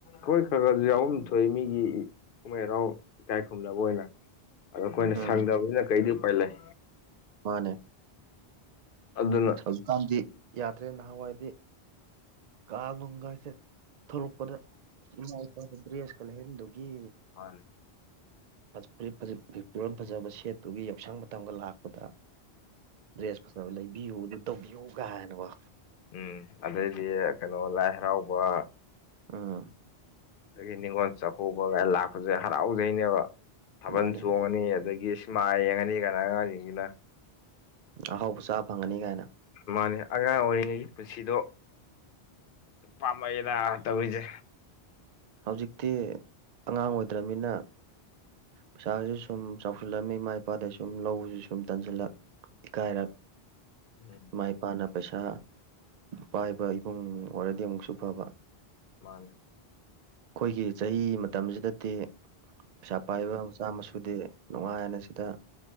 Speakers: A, on the left; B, on the right.
A: ꯍꯣꯏ ꯈꯔ ꯈꯔꯁꯨ ꯌꯥꯎꯐꯝ ꯊꯣꯛꯏ ꯃꯤꯒꯤ ꯀꯨꯝꯍꯩ ꯍꯔꯥꯎ ꯏꯀꯥꯏ ꯈꯨꯝꯅꯕ ꯑꯣꯏꯅ ꯑꯗꯣ ꯑꯩꯈꯣꯏꯅ
B: ꯎꯝ
A: ꯁꯪꯗꯕꯁꯤꯅ ꯀꯩꯗꯤ ꯎꯄꯥꯏ ꯂꯩ
B: ꯃꯥꯅꯦ
A: ꯑꯗꯨꯅꯥ
B: ꯍꯧꯖꯤꯛꯀꯥꯟꯗꯤ ꯌꯥꯗ꯭ꯔꯦ ꯅꯍꯥꯟꯋꯥꯏꯗꯤ ꯀꯥꯡꯒꯨꯝꯒꯥꯁꯦ ꯊꯣꯛꯂꯛꯄꯗ ꯏꯃꯥ ꯏꯄꯥꯗ ꯗ꯭ꯔꯦꯁꯀ ꯂꯩꯍꯟꯗꯨꯒꯤ
A: ꯃꯅꯦ
B: ꯐꯨꯔꯤꯠ ꯐꯤꯔꯣꯟ ꯐꯖꯕ ꯁꯦꯠꯇꯨꯒꯤ ꯌꯧꯁꯪ ꯃꯇꯝꯒ ꯂꯥꯛ <unintelligible> ꯗ꯭ꯔꯦꯁ ꯐꯖꯕ ꯂꯩꯕꯤꯌꯨ ꯑꯗꯨ ꯇꯧꯕꯤꯌꯨ ꯒꯍꯥꯏꯅꯒꯣ
A: ꯎꯝ ꯑꯗꯩꯗꯤ ꯀꯩꯅꯣ ꯂꯥꯏ ꯍꯔꯥꯎꯕ
B: ꯑ
A: ꯑꯗꯒꯤ ꯅꯤꯉꯣꯜ ꯆꯥꯛꯀꯧꯕ ꯀꯥꯏꯅ ꯂꯥꯛꯄꯁꯦ ꯍꯔꯥꯎꯖꯩꯅꯦꯕ ꯊꯥꯕꯜ
B: ꯃꯥꯅꯦ
A: ꯆꯣꯡꯉꯅꯤ ꯑꯗꯒꯤ ꯃꯥꯏ ꯌꯦꯡꯉꯅꯤ ꯀꯅꯥ ꯑꯉꯥꯡꯖꯤꯡꯖꯤꯅ
B: ꯑꯍꯥꯎꯕ ꯆꯥ ꯐꯪꯒꯅꯤ ꯀꯥꯏꯅ
A: ꯃꯥꯅꯦ ꯑꯉꯥꯡ ꯑꯣꯏꯔꯤꯉꯩꯒꯤ ꯄꯨꯟꯁꯤꯗꯣ ꯄꯥꯝꯃꯦꯗ ꯇꯧꯔꯤꯁꯦ
B: ꯍꯧꯖꯤꯛꯇꯤ ꯑꯉꯥꯡ ꯑꯣꯏꯗ꯭ꯔꯃꯤꯅ ꯄꯩꯁꯥꯁꯨ ꯁꯨꯝ ꯆꯥꯎꯁꯤꯜꯂꯝ ꯏꯃꯥ ꯏꯄꯥꯗ ꯁꯨꯝ ꯂꯧꯕꯁꯨ ꯁꯨꯝ ꯇꯟꯁꯤꯜꯂꯛ ꯏꯀꯥꯏꯔꯛ
A: ꯎꯝ
B: ꯏꯃꯥ ꯏꯄꯥꯅ ꯄꯩꯁꯥ ꯄꯥꯏꯕ ꯏꯕꯨꯡ ꯑꯣꯏꯔꯗꯤ ꯑꯃꯨꯛꯁꯨ ꯐꯕ
A: ꯃꯥꯅꯦ꯫
B: ꯑꯩꯈꯣꯏꯒꯤ ꯆꯍꯤ ꯃꯇꯝꯁꯤꯗꯗꯤ ꯄꯩꯁꯥ ꯄꯥꯏꯕ ꯃꯆꯥ ꯃꯁꯨꯗꯤ ꯅꯨꯡꯉꯥꯏꯑꯅ ꯁꯤꯗ